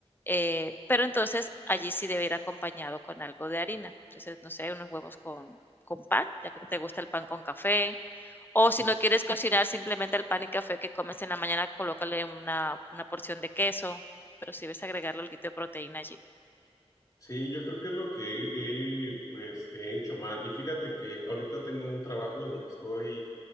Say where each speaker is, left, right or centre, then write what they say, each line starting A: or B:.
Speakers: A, on the left; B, on the left.
A: eh, pero entonces allí sí debe ir acompañado con algo de harina. Entonces, no sé, unos huevos con, con pan, ya que te gusta el pan con café, o
B: sí.
A: si no quieres cocinar, simplemente el pan y café que comes en la mañana, colócale una, una porción de queso, pero si sí debes agregarle algo de proteína allí.
B: Sí, yo creo que es lo que he, pues, he hecho mal. Y fíjate que ahorita tengo un trabajo donde estoy